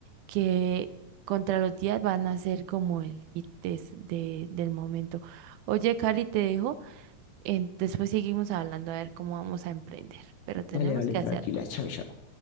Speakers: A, on the right; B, on the left.
A: que contra los días van a ser como el hit des- de, del momento. Oye, Cari, te dejo. en- después seguimos hablando a ver cómo vamos a emprender, pero tenemos
B: Vale, vale,
A: que
B: tranquila.
A: hacerlo.
B: Chao, chao.